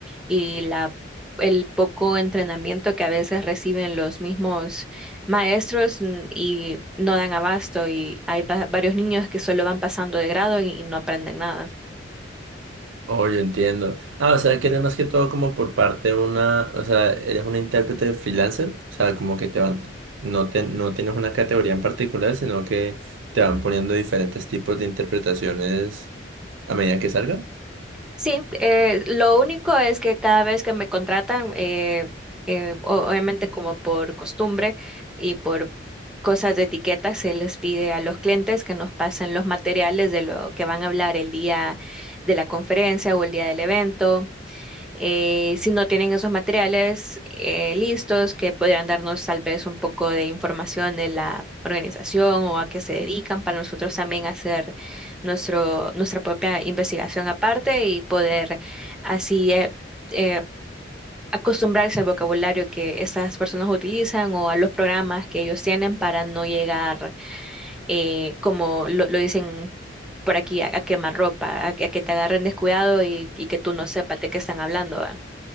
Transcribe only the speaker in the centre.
y la, el poco entrenamiento que a veces reciben los mismos maestros mm, y no dan abasto y hay va- varios niños que solo van pasando de grado y, y no aprenden nada.
Sí, eh, lo único es que cada vez que me contratan, eh, eh, o- obviamente como por costumbre y por cosas de etiqueta, se les pide a los clientes que nos pasen los materiales de lo que van a hablar el día de la conferencia o el día del evento eh, si no tienen esos materiales eh, listos, que podrían darnos tal vez un poco de información de la organización o a qué se dedican para nosotros también hacer nuestro, nuestra propia investigación aparte y poder así eh, eh, acostumbrarse al vocabulario que estas personas utilizan o a los programas que ellos tienen para no llegar, eh, como lo, lo dicen. por aquí a, a quemar ropa, a, a que te agarren descuidado y, y que tú no sepas de qué están hablando, ¿va?